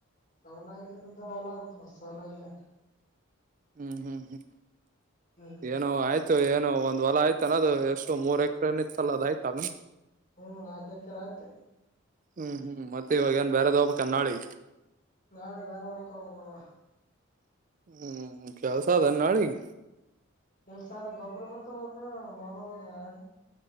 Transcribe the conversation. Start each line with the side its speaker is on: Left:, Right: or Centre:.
Left: ಸಾವನಾಯಗೆ್ದಲ್ಲ ಸಾವನಾಯಗೆ.
Right: ಹ್ಮ್ ಹ್ಮ್ ಹ್ಮ್
Left: ಹ್ಮ್
Right: ಏನೋ ಆಯ್ತು ಏನುೋ ಒ. ಒಂದು್ ಹೊಲ ಆಯ್ತಾನ ಅದು ಎಷ್ಟು ಮೂರ್ ಎಕರೆನ ಇತ್ತಲ್ಲ ಅದ ಆಯ್ತ ಅದ.
Left: ಹ್ಮ್ ರಾಕಕರ ಆ್ತ.
Right: ಹ್ಮ್ ಹ್ಮ್ ಮತ್ತೆ ಇವಾಗ ಏನ್ ಬೇಾರದಬ ಕನ್ನಾಳಿ.
Left: ನಾಳೆಗ್ ಬೇರೆ ಅವಳಕ ಹಬೇಕವಾ.
Right: ಹ್ಮ್ ಕೆಲ್ಸಾ ಅದಾ ಎನ್ ನಾಳಿಗ್.
Left: ಕೆಲ್ಸ ಆದ ಗೊಬ್ಬ್ರ ಬಿತ್ತಬೇಕು ನೋಡ್ಬೇಕ್ ನಾಳೆ.